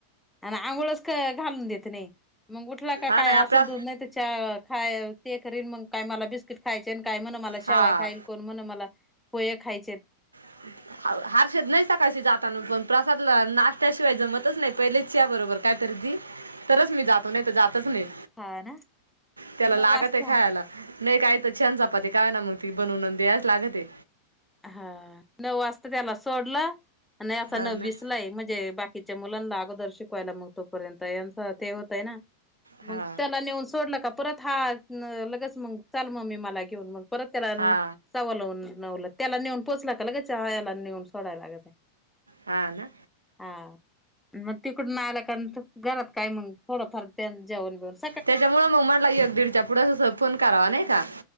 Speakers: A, in the centre; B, on the right.
A: आणि आंघोळच क घालून देत नाही मंग उठला का
B: हा
A: काय
B: नाही
A: आसं
B: आपला
A: दूध नाय त च्या खाय ते करेन मग काय मला बिस्किट खायचे काय म्हण मला
B: हा
A: शेवाय खाईल. कोण म्हण मला पोये खायचेत.
B: <inaudible> देत नाही सकाळशी जाताना पण प्रसादला नाष्ट्याशिवाय जमतच नाही पहिले च्या बरोबर काय तरी दि तरच मी जातो नाही तर जातच नाही
A: हा ना
B: त्याला
A: नऊ
B: लागातंय
A: वाजता
B: खायाला नाही काय त च्या न चपाती काय ना मग ती बनवून द्यायाच लागतंय.
A: हा नऊ वाजता त्याला सोडलं आणि याचं
B: हा
A: नऊ
B: ना
A: वीसला हाय म्हणजे किच्या मुलांना आगोदर शिकवायला मग तोपर्यंत यांच ते होतय ना
B: हा
A: मंग त्याला नेऊन सोडलं का परत हा न लगेच मंग चल मग मी मला घेऊन मग. परत त्याला न
B: हा
A: साव लावून लावलय. त्याला नेऊन पोचला का लगेच अ याला नेऊन सोडाय लागते.
B: हा ना
A: हा मग तिकडून आलं का घरात काय मग थोडं फार त्या जेवान बस
B: त्याच्यामुळं मग म्हणला एक दीडच्या पुढं असं फोन करावा, नाही का?